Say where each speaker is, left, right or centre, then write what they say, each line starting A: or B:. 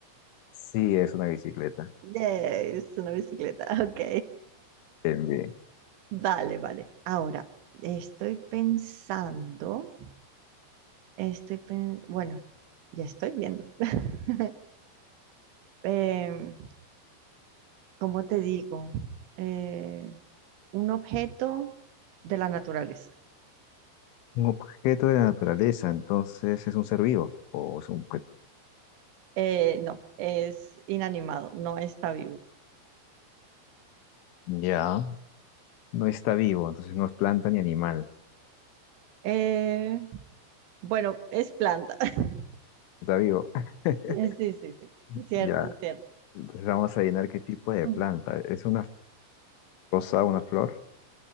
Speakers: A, on the left (about 85°); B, on the right (about 80°).
A: sí es una bicicleta.
B: Yes, es una bicicleta. <laughs> Ok.
A: Bien, bien.
B: Vale, vale. Ahora, estoy pensando, estoy pen- bueno, ya estoy viendo. <laughs> Em, ¿cómo te digo? Eh, un objeto de la naturaleza.
A: Un objeto de la naturaleza, entonces es un ser vivo o es un objeto.
B: Eh, no, es inanimado, no está vivo.
A: Ya. No está vivo, entonces no es planta ni animal.
B: Eh, Bueno, es planta. <laughs>
A: Está vivo. <laughs>
B: Sí, sí, sí. Cierto,
A: Ya.
B: cierto.
A: Entonces vamos a adivinar qué tipo de
B: Mm.
A: planta. ¿Es una rosa, una flor?